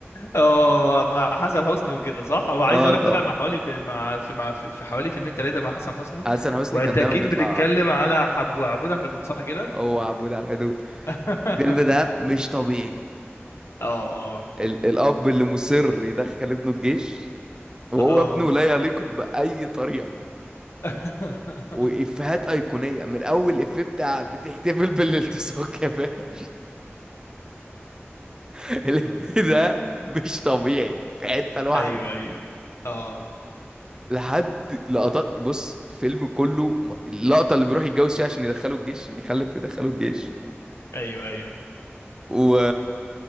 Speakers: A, on the left; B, on the right.
A: اه مع حسن حسني وكده صح هو عايز
B: اه
A: اقول
B: طبعا
A: لك طلع مع حوالي في مع في مع في في حوالي فيلمين ثلاثه مع حسن حسني
B: حسن حسني
A: وانت
B: كان دايما
A: اكيد
B: بيطلع
A: بتتكلم على حب عبود على الحدود صح كده
B: هو عبود على الحدود
A: <laughs>
B: الفيلم ده مش طبيعي
A: اه
B: ال الأب اللي مصر يدخل ابنه الجيش وهو
A: اه
B: ابنه لا يليق بأي طريقة
A: <laughs>
B: وإفيهات أيقونية من أول إفيه بتاع بتحتفل بالالتصاق يا فاشل <laughs> الإفيه ده مش طبيعي في حتة لوحده
A: ايوه ايوه اه
B: لحد لقطات بص الفيلم كله م- اللقطة اللي بيروح يتجوز فيها عشان يدخله الجيش عشان يخلف ويدخله الجيش
A: ايوه ايوه
B: و